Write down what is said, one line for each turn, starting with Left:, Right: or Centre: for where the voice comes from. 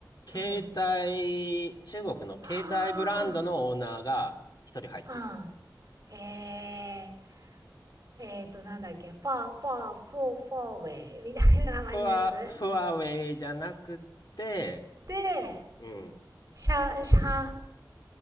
Right: うん。
Left: 携帯、中国の携帯ブランドのオーナーが一人入ってる。
Right: ああ、うん。えー、えーと、なんだっけ、ファー、ファー、フォー、フォーウェイみたいな名前のやつ
Left: フワ、フワウェイじゃなくて、
Right: で、
Left: うん。
Right: シャ、シャ、あ